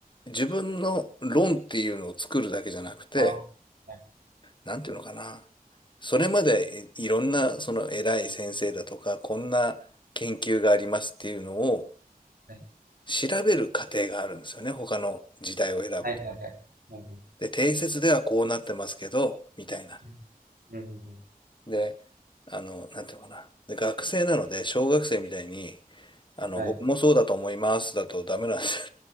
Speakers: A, on the left (about 30°); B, on the right (about 75°).
A: 自分の論っていうのを作るだけじゃなくて、
B: あ、はい。
A: なんていうのかな。それまでいいろんなその偉い先生だとか、こんな研究がありますっていうのを
B: はい。
A: 調べる過程があるんですよね。他の時代を選ぶと。
B: はいはいはい。はいはい
A: で、定説ではこうなってますけど、みたいな。
B: うん。うんうん
A: で、あの、なんていうのかな。で、学生なので、小学生みたいに、あの、
B: はい。
A: 僕もそうだと思いますだとダメなんですよ